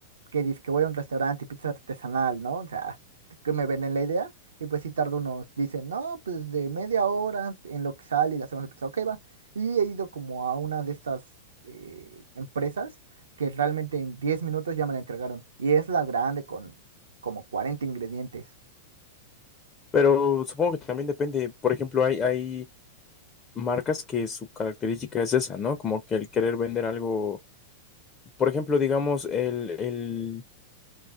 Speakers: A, on the right (about 70°); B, on the left (about 20°).
A: que dice que voy a un restaurante y pizza artesanal, ¿no? O sea, que me venden la idea. Y pues sí tardo unos, dicen, no, pues de media hora en lo que sale y la hacemos la pizza, ok, va. Y he ido como a una de estas eh, empresas que realmente en 10 minutos ya me la entregaron. Y es la grande con como 40 ingredientes.
B: Pero supongo que también depende. Por ejemplo, hay, hay marcas que su característica es esa, ¿no? Como que el querer vender algo, por ejemplo, digamos, el, el,